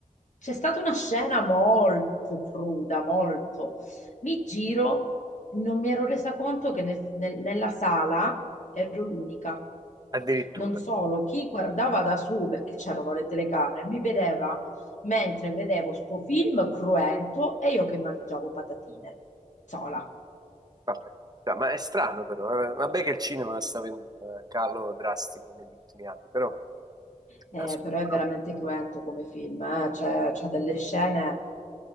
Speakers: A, on the left; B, on the right.
A: c'è stata una scena molto cruda, molto. Mi giro, non mi ero resa conto che nel- nel- nella sala ero l'unica.
B: Addirittura.
A: Non solo, chi guardava da su, perché c'erano le telecamere, mi vedeva mentre vedevo sto film cruento e io che mangiavo patatine, sola.
B: Vabbè. Dai, ma è strano però, eh. Vabbè che il cinema sta avendo un calo drastico negli ultimi anni, però da
A: Eh,
B: solo,
A: però è
B: però-
A: veramente cruento come film, eh, C'è, c'ha delle scene